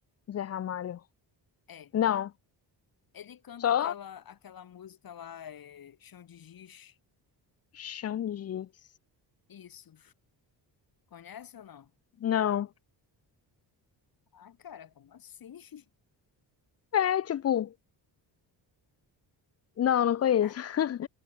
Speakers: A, on the left; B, on the left.
A: é Zé Ramalho.
B: É,
A: não
B: Ele canta
A: Só
B: aquela, aquela música lá, é, Chão de Giz.
A: chão de jeito.
B: Isso. Conhece ou não?
A: Não.
B: Ah, cara, como assim? <laughs>
A: É, tipo, não, não conheço.
B: Ah,
A: <laughs>